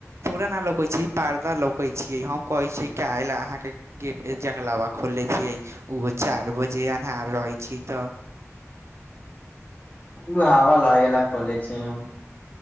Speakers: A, on the right (about 60°); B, on the left (about 35°).
A: पुराना लोकै छी पारदा लोकैत छीयै हम कहैत छीियै क लेल अहाँके गेट जङ्ंगलाबा खोलले छियै ओहो चारि बजे अन्हार रहै छीै तऽ
B: ओ हवा लगे ला खोले छै हम